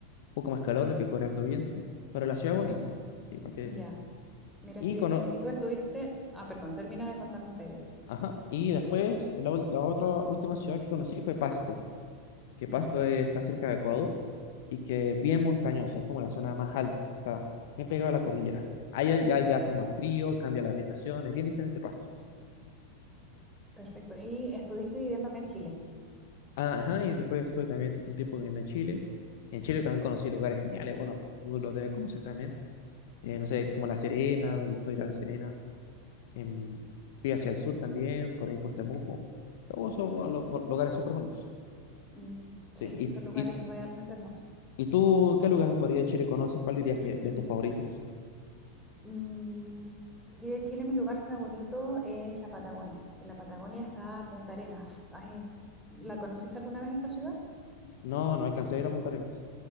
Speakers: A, on the left (about 50°); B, in the centre.
A: un poco más calor, no hay que correr harto viento, pero la ciudad
B: ¿Ya?
A: es bonita, sí, hay que
B: ¿Ya?
A: decir.
B: Mira
A: Y,
B: qué bien.
A: cono-
B: Y, y tú estuviste... Ah, perdón, termina de contarme esa idea.
A: Ajá. y después la, ul- la otra última ciudad que conocí fue Pasto. que Pasto
B: Ya.
A: eh, está cerca de Ecuador y que es bien montañoso, es como la zona más alta, está bien pegado a la cordillera. Ahí ya, ya- ya hace más frío, cambia la vegetación, es bien diferente Pasto.
B: Perfecto. Y estuviste viviendo acá en Chile.
A: Ah, Ajá, y después estuve también un tiempo viviendo en Chile. En Chile también conocí lugares geniales, bueno, vos los debes conocer también. Eh, no sé, como La Serena, me gustó ir a La Serena. Em, fui hacia el sur también, por ahí por Temuco. Todos esos
B: Ya.
A: lo- lo- lugares súper bonitos.
B: Mm, sí,
A: Sí, y,
B: son lugares
A: y,
B: realmente hermosos.
A: ¿y tú qué lugares por ahí de Chile conoces? ¿Cuál dirías que
B: <clears throat>
A: es de tus favoritos?
B: Mm, de aquí de Chile, mi lugar favorito es la Patagonia. En la Patagonia está Punta Arenas. Ay, ¿la conociste alguna vez esa ciudad?
A: No, no alcancé a ir a Punta Arenas.